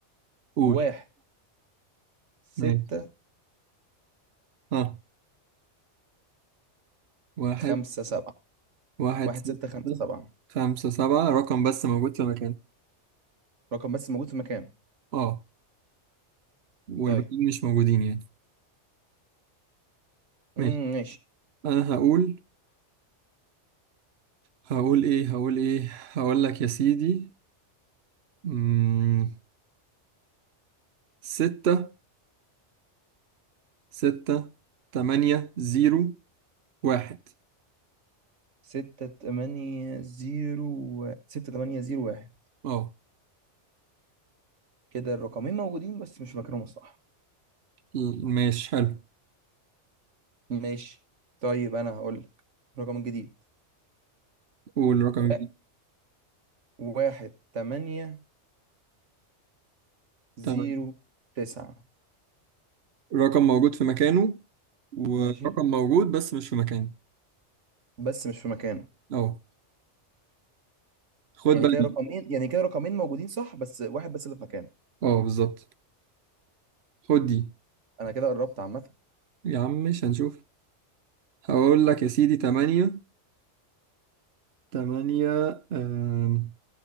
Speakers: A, on the right (about 60°); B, on the right (about 80°).
A: قول
B: واحد ستة
A: ماشي ها واحد
B: خمسة سبعة
A: واحد
B: واحد
A: ستة
B: ستة خمسة سبعة
A: خمسة سبعة رقم بس موجود في مكان
B: رقم بس موجود في مكانه
A: اه والباقيين
B: طيب
A: مش موجودين يعني ماشي
B: امم ماشي
A: انا هقول هقول ايه هقول ايه هقول لك يا سيدي مم. ستة ستة تمانية زيرو واحد
B: ستة تمانية زيرو ستة تمانية زيرو واحد
A: اه
B: كده الرقمين موجودين بس مش في مكانهم الصح
A: ل- ماشي حلو
B: ماشي طيب أنا هقول لك الرقم الجديد
A: قول رقم
B: و...
A: جديد
B: واحد تمانية زيرو
A: تمام
B: تسعة
A: رقم موجود في مكانه ورقم
B: ماشي
A: موجود بس مش في مكانه
B: بس مش في مكانه
A: اهو خد
B: يعني
A: بقى
B: كده
A: دي
B: رقمين يعني كده رقمين موجودين صح بس واحد بس اللي في مكانه
A: اه بالظبط خد دي
B: أنا كده قربت عامة
A: يا عم مش هنشوف هقول لك يا سيدي تمانية تمانية آم،